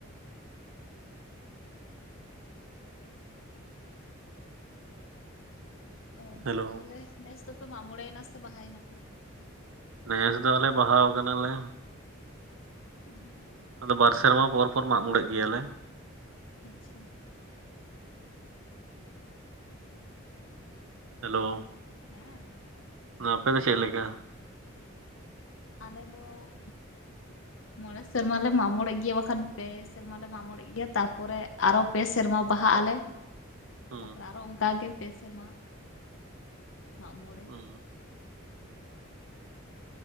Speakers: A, on the left; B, on the right.
A: ᱚ
B: ᱦᱮᱞᱳ
A: ᱛᱟᱦᱚᱞᱮ ᱱᱮᱥ ᱫᱚ ᱯᱮ ᱢᱟᱜ ᱢᱚᱬᱮ ᱮᱱᱟ ᱥᱮ ᱵᱟᱦᱟᱭ ᱮᱱᱟ ᱯᱮ
B: ᱱᱮᱥ ᱫᱚ ᱟᱞᱮ ᱵᱟᱦᱟᱣ ᱠᱟᱱᱟᱞᱮ᱾
A: ᱦᱩᱸ
B: ᱟᱫᱚ ᱵᱟᱨ ᱥᱮᱨᱢᱟ ᱯᱚᱨ ᱯᱚᱨ ᱢᱟᱜ ᱢᱚᱬᱮᱜ ᱜᱮᱭᱟᱞᱮ
A: <inaudible>
B: ᱦᱮᱞᱳ
A: ᱦᱮᱸ
B: ᱟᱯᱮ ᱫᱚ ᱪᱮᱫ ᱞᱮᱠᱟ?
A: ᱟᱞᱮ ᱫᱚ ᱢᱚᱬᱮ ᱥᱮᱨᱢᱟ ᱞᱮ ᱢᱟᱜ ᱢᱚᱬᱮᱜ ᱜᱮᱭᱟ ᱵᱟᱠᱷᱟᱱ ᱵᱮᱥ ᱥᱮᱨᱢᱟ ᱞᱮ ᱢᱟᱜ ᱢᱚᱬᱮᱜ ᱜᱮᱭᱟ ᱛᱟᱯᱚᱨᱮ ᱟᱨᱚ ᱯᱮ ᱥᱮᱨᱢᱟ ᱵᱟᱦᱟᱜ ᱟᱞᱮ
B: ᱦᱩᱸ
A: ᱛᱟᱯᱚᱨᱮ ᱟᱨᱚ ᱚᱝᱠᱟ ᱜᱮ ᱯᱮ ᱥᱮᱨᱢᱟ ᱢᱟᱜ ᱢᱚᱬᱮ
B: ᱦᱩᱸ